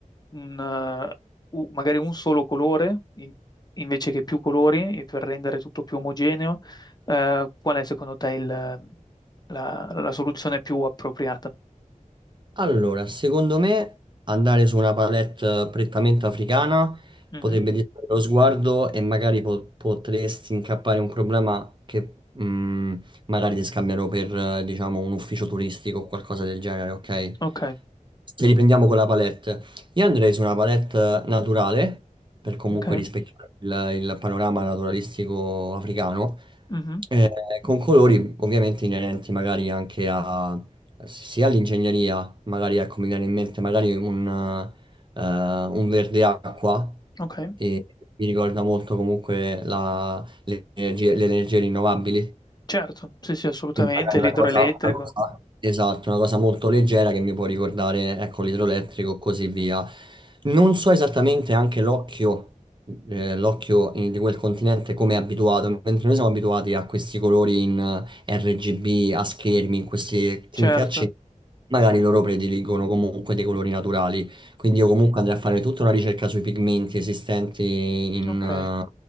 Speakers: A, on the left; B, on the right.
A: un, eh, u- magari un solo colore in- invece che più colori e per rendere tutto più omogeneo. Eh, qual è secondo te il- la, la soluzione più appropriata?
B: Allora, secondo me andare su una palette prettamente africana
A: Mhm.
B: potrebbe distrarre lo sguardo e magari po- potresti incappare in un problema che mh, magari ti scambiano per, eh, diciamo, un ufficio turistico o qualcosa del genere, ok?
A: Ok,
B: Se riprendiamo con la palette, io andrei su una palette naturale per comunque
A: ok,
B: rispecchiare il, il panorama naturalistico africano,
A: mhm,
B: eh, con colori ovviamente inerenti magari anche a sia l'ingegneria, magari ecco, mi viene in mente magari un, eh, un verde acqua
A: ok,
B: e mi ricorda molto comunque la- le energie, le energie rinnovabili.
A: certo, sì, sì, assolutamente,
B: Quindi magari una
A: l'idroelettrico,
B: cosa, una cosa- esatto, una cosa molto leggera che mi può ricordare, ecco, l'idroelettrico e così via. Non so esattamente anche l'occhio, eh, l'occhio in- di quel continente come è abituato, mentre noi siamo abituati a questi colori in eh, RGB, a schermi, in queste tinte
A: certo,
B: accese, magari loro prediligono comunque dei colori naturali. Quindi io comunque andrei a fare tutta una ricerca sui pigmenti esistenti in,
A: ok,